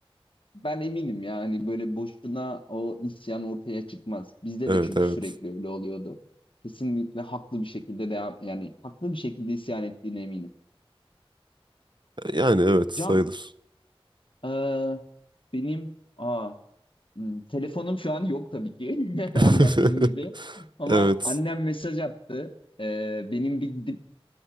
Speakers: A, on the left; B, on the right.
A: Ben eminim yani böyle boşuna o isyan ortaya çıkmaz. Bizde
B: Evet
A: de çünkü
B: evet.
A: sürekli öyle oluyordu. Kesinlikle haklı bir şekilde devam yani haklı bir şekilde isyan ettiğine eminim.
B: Yani evet sayılır.
A: Can, eee, benim aa, hmm, telefonum şu an yok tabii ki
B: <laughs>
A: <laughs> anlattığım gibi. Ama
B: Evet.
A: annem mesaj attı. Eee, benim bir gidip